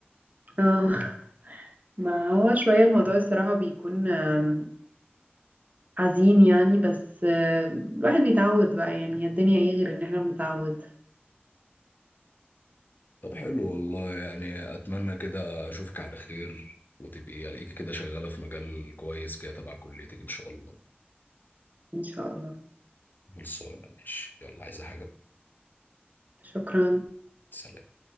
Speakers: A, on the right; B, on the left.
A: اه ما هو شوية الموضوع الصراحة بيكون آم، حزين يعني بس آه، الواحد بيتعود بقى يعني الدنيا ايه غير ان احنا بنتعود
B: طب حلو والله يعني اتمنى كده اشوفك على خير وتبقي الاقيكي كده شغالة في مجال كويس كده تبع كليتك ان شاء الله
A: ان شاء الله
B: خلصانة ماشي يلا عايزة حاجة
A: شكرا
B: سلام